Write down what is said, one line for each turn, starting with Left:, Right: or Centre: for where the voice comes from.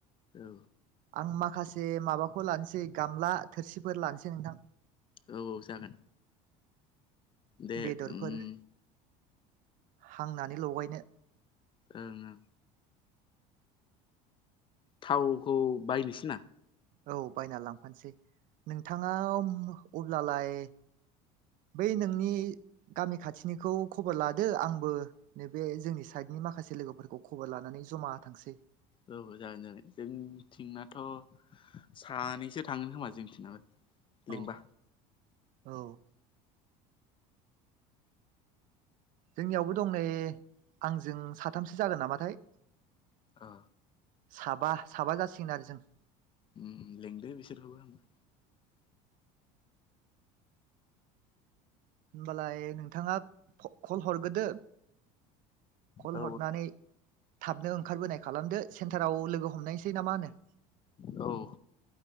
Left: औ
Right: आं माखासे माबाखौ लानोसै गामला थोरसिफोर लानोसै नोंथां
Left: औ औ जागोन। दे
Right: बेदरफोर
Left: ओम
Right: हांनानै लगायनो
Left: ओं ओंं थावखौ बायनोसै ना?
Right: औ बायना लांफानोसै नोंथाङा अब्लालाय बै नोंनि गामि खाथिनिखौ खबर लादो आंबो बे जोंनि साइडनि माखासे लोगोफोरखौ खबर लानानै जमा थांसै
Left: औ जागोन जागोन जोंथिंनाथ' सानैसो थांगोन खोमा जोंथिनाबो लिंबा
Right: औ औ जोंनियावबो दं नै आंजों साथामसो जागोन नामाथाय
Left: औ
Right: साबा साबा जासिगोन आरो जों
Left: ओम लेंदो बिसोरखौबो
Right: होमबालाय नोंथाङा कल हरग्रोदो कल
Left: औ
Right: हरनानै थाबनो ओंखारबोनाय खालामदो सेन्टाराव लोगो हमनायसै ना मा होनो?
Left: औ